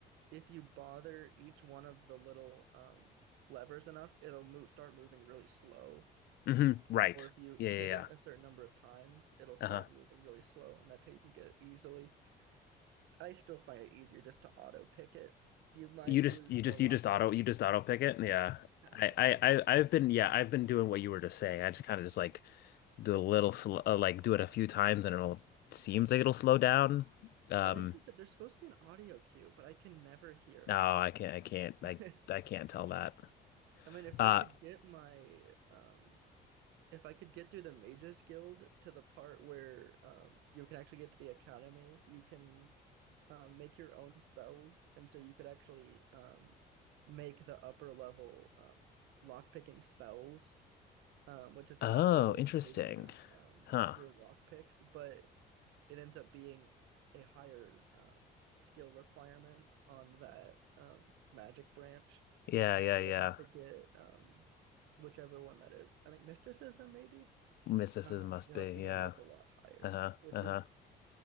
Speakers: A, on the right; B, on the left.
A: if you bother each one of the little um levers enough, it'll move start moving really slow.
B: hmm right.
A: Or if you
B: Yeah, yeah,
A: hit
B: yeah.
A: it a certain number of times, it'll start
B: Uh-huh.
A: moving really slow, and that's how you can get it easily. I still find it easier just to auto pick it. You might
B: You just
A: lose
B: you just
A: more lock
B: you just auto
A: picks,
B: you just
A: but
B: auto pick it. Yeah.
A: half
B: I
A: the
B: I
A: time,
B: I
A: right?
B: I've
A: It's
B: been
A: so
B: yeah,
A: much easier.
B: I've been doing what you were just saying. I just kind of just like do a little sl uh, like do it a few
A: Yeah.
B: times and it'll seems like it'll slow down. Um,
A: I think they said there's supposed to be an audio cue, but I can never hear
B: no, I can't, I can't, I,
A: it. <laughs>
B: I can't tell that.
A: I mean, if
B: Uh,
A: I could get my um if I could get through the Mages Guild to the part where um you can actually get to the academy, you can um make your own spells, and so you could actually um make the upper level um lock picking spells um, which is
B: oh,
A: another way
B: interesting.
A: of saving your um,
B: Huh.
A: your lock picks, but it ends up being a higher um, skill requirement on that um, magic branch.
B: Yeah, yeah,
A: You'll
B: yeah.
A: have to get um, whichever one that is. I think mysticism maybe.
B: Mysticism
A: Um,
B: must
A: you'll
B: be.
A: have to
B: Yeah.
A: get it up a lot higher,
B: Uh-huh.
A: which
B: Uh-huh.
A: is